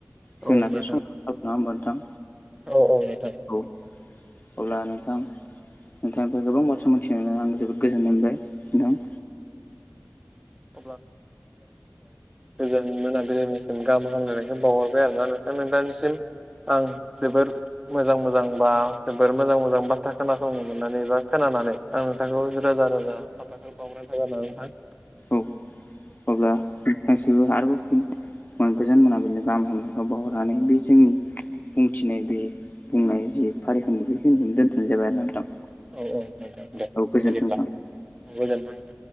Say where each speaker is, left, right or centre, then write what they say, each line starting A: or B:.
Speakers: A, on the left; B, on the right.
A: जोंनाथ
B: औ नोंथां
A: समा जाबाय नङा होमबा नोंथां
B: औ औ नोंथां
A: औ अब्ला नोंथां नोंथांनिफ्राय गोबां बाथ्रा मिथिनानै आं जोबोद गोजोननाय मोनबाय दं।
B: <unintelligible> गोजान मोनाबिलिनिसिम गाहाम हामलायनायखौ बावहरबाय आरो ना नोंथांमोनथांनिसिम। आं जोबोर मोजां मोजां बा जोबोर मोजां मोजां बाथ्रा खोनासंनो मोननानै बा खोनानानै। आं नोंथांखौ रोजा रोजा साफााख बाव्रनायोना नोंथां।
A: औ अब्ला। जबो आरोब फिन गोजान मोनाबिनो गाहाम हाम बावरनानै बे जोंनि बुंथिनाय बे बुंनाय जि फारिखान्नि बेखिनिखौनो दोनथ'नाय जाबाय आरो नोंथां।
B: औ औ नोंथां दे
A: औ गोजोन्थों
B: बुजिब्ला
A: नोंथां
B: औ गोजोन्थों।